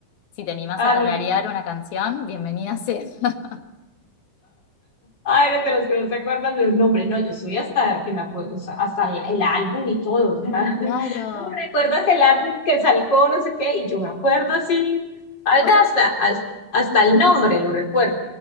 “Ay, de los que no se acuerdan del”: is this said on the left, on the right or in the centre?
Left